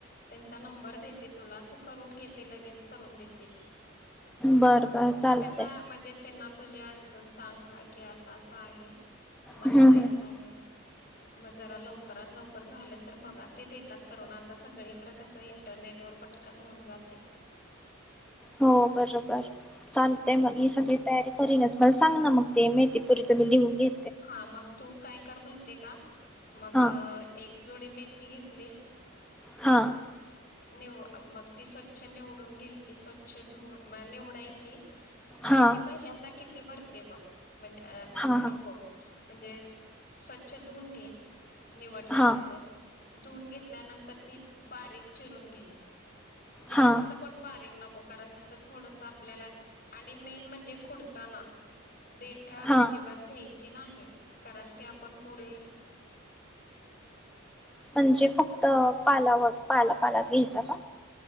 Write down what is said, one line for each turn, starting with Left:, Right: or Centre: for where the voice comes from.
Left: त्यांचा नंबर देते तुला तू करून घे ते लगेच करून देतील.
Centre: बर बर चालतंय.
Left: त्यांना म्हणजे त्यांना तुझी अडचण सांग ऐक की आसंआसं आहे. मलां
Centre: हम्म
Left: जांयचं
Centre: हम्म
Left: आहे. म जरा लवकरात लवकर झालंतर बघा ते देतात करून आता सगळीकडें कसं इंटरनेटवर पटकन होऊन जातंय.
Centre: हो बरोबर चालतय मग मी सगळी तयारी करीनच मला सांग ना मग ते मेथीपुरीच मी लिहून घे
Left: हा मग तू काय कर माहितेय का? मग
Centre: हा
Left: एक जुडी मी थी घेतलीस,
Centre: हां.
Left: निव मग ती स्वच्छ निवडून घ्यायची, स्वच्छ धु निवडायची आणि
Centre: हा
Left: ती पहिल्यांदा किती भरते. ते बघ. म्हणजे अ
Centre: हा
Left: नको. म्हणजे स्वच्छ धुूवून घे. निवडल्यानंतर
Centre: हा
Left: धुवून घेतल्यानंतर ती बारीक चरून घे. जास्त
Centre: हा हा
Left: पण बारीक नक कारण त्याच थोडस आपल्याला आणि मेन म्हणजे खुडताना देठ
Centre: हा
Left: अजिबात घ्यायची नाही कारण ते आपण पुरेल
Centre: म्हणजे फक्त पालावर पाला पालाच घ्यायचा का?